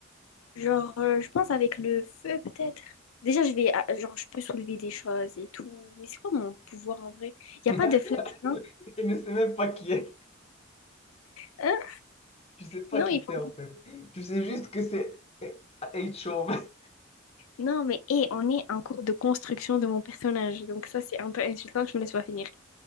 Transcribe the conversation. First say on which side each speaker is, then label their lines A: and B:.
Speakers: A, on the left; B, on the left.
A: Genre, euh, je pense avec le feu peut-être. Déjà, je vais, ah, genre, je peux soulever des choses et tout, mais c'est quoi mon pouvoir en vrai? Il n'y
B: <laughs>
A: a pas de flash, non?
B: Je ne sais même pas qui est.
A: Hein?
B: Tu sais pas
A: Non,
B: qui
A: il
B: t'es
A: faut...
B: en fait. Tu sais juste que c'est H-Chauve.
A: Non, mais hé, on est en cours de construction de mon personnage, donc ça c'est un peu insultant que je me laisse pas finir.